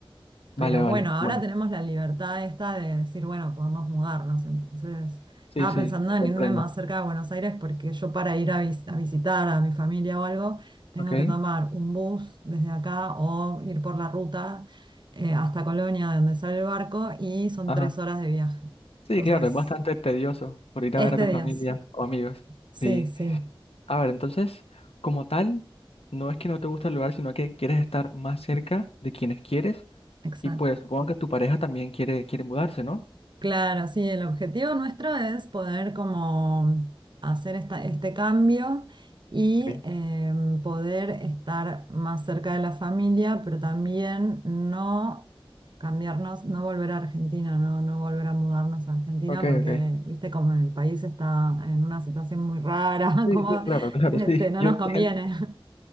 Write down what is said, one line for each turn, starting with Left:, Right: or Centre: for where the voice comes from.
Left: vale,
Right: Pero
Left: vale,
Right: bueno, ahora
Left: bueno,
Right: tenemos la libertad esta de decir, bueno, podemos mudarnos. Entonces,
Left: sí,
Right: estaba
Left: sí,
Right: pensando
Left: te
Right: en
Left: comprendo,
Right: irme más cerca de Buenos Aires porque yo para ir a, vis- a visitar a mi familia o algo, tengo
Left: ok,
Right: que tomar un bus desde acá o ir por la ruta eh, hasta Colonia, de donde sale el barco, y son
Left: ajá,
Right: tres horas de viaje.
Left: sí,
Right: Entonces,
Left: claro, es bastante tedioso por ir
Right: este
Left: a ver a tu
Right: día,
Left: familia o amigos,
Right: sí,
Left: sí,
Right: sí.
Left: a ver, entonces, como tal, no es que no te gusta el lugar, sino que quieres estar más cerca de quienes quieres
Right: Exacto.
Left: y pues supongo que tu pareja también quiere, quiere mudarse, ¿no?
Right: Claro, sí, el objetivo nuestro es poder como hacer esta, este cambio y
Left: Ok,
Right: em, poder estar más cerca de la familia, pero también no cambiarnos, no volver a Argentina, no, no volver a mudarnos a Argentina,
Left: ok,
Right: porque,
Left: ok,
Right: viste, como el país está en una situación muy rara,
Left: sí,
Right: <laughs> como
Left: sí, claro, claro,
Right: este,
Left: sí, <laughs>
Right: no
Left: yo
Right: nos
Left: entiendo,
Right: conviene. <laughs>